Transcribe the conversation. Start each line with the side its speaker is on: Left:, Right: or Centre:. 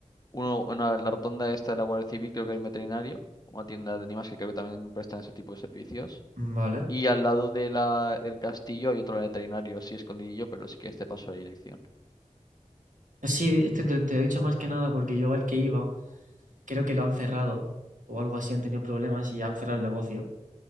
Left: uno en la la rotonda esta de la Guardia Civil, creo que hay un veterinario, una tienda de animales que creo que también prestan ese tipo de servicios.
Right: Vale.
Left: Y al lado de la, del castillo hay otro veterinario, así escondidillo, pero sí que este pasó la dirección.
Right: Sí, este te, te he dicho más que nada porque yo al que iba, creo que lo han cerrado o algo así, han tenido problemas y han cerrado el negocio.